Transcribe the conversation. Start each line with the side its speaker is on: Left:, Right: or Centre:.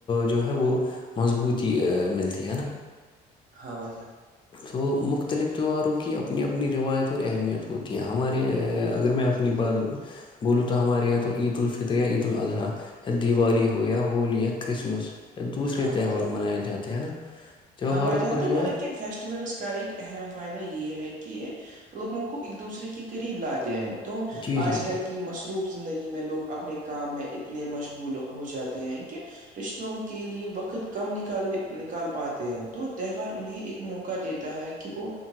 Left: جو ہے وہ مضبوطی ملتی ہے نا
Right: ہاں بھائی جان
Left: تو مختلف تہوہاروں کی اپنی اپنی روایت اور اہمیت ہوتی ہے ہمارے اگر میں اپ اپنی بات بولو تو ہمارے یہاں تو عید الفطر یا عید الاضحی یا دیوالی ہو یا ہولی یا کرسمس یا دوسرے
Right: ہاں
Left: تہوار
Right: بھائی جان
Left: منائے جاتے ہیں نا تہوہاروں
Right: ہاں بھائی جان
Left: پر
Right: تو
Left: جو
Right: مطلب
Left: ہے
Right: فی فیسٹیول کا ایک اہم فائدہ یہ ہے کہ یہ لوگوں کو ایک دوسرے کے قریب لاتے ہیں تو
Left: جی جی
Right: آج کل
Left: جی
Right: کی مص روف زندگی میں لوگ اپنے کام میں اتنے مشغول ہو جاتے ہیں کہ رشتوں کے لیے وقت کم نکالنے نکال پاتے ہیں تو تہوار انہیں ایک موقع دیتا ہے کہ وہ